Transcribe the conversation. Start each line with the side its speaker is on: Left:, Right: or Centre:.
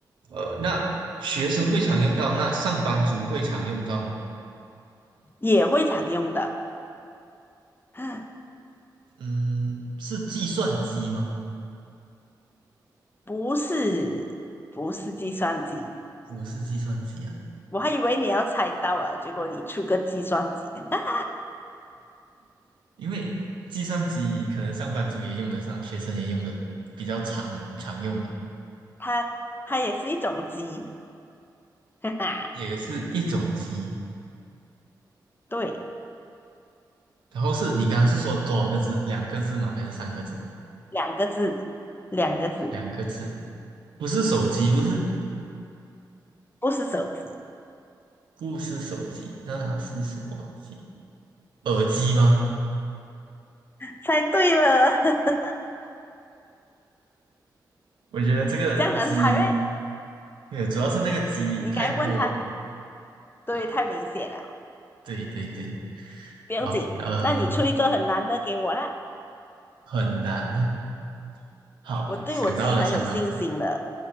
Right: 呃，那学生会常用到，那上班族会常用到吗？
Left: 也会常用的，<laughs>
Right: 嗯，是计算机吗？
Left: 不是，不是计算机，
Right: 不是计算机啊，
Left: 我还以为你要猜到了，结果你出个计算机，<laughs>
Right: 因为计算机可能上班族也用得上，学生也用的比较常门常用嘛，
Left: 它它也是一种机，<laughs> 哈哈，
Right: 也是一种机。
Left: 对，
Right: 然后是你刚刚是说多少个字？两个字吗？还是三个字？
Left: 两个字，两个字，
Right: 两个字，不是手机，不是
Left: 不是手机，
Right: 不是手机，那是什么机？耳机吗？
Left: 猜对了，<laughs>
Right: 我觉得这个机，
Left: 这样难猜 <laughs> 咩？
Right: 没有，主要是那个机太过
Left: 你应该问他，
Right: 啊，
Left: 对，太明显了。
Right: 对对对，
Left: 不用紧，
Right: 好，嗯、
Left: 那你出一个很难的给我啦，
Right: 很难呢、好，
Left: 我对我自己很有信心的，
Right: 想到了，想到了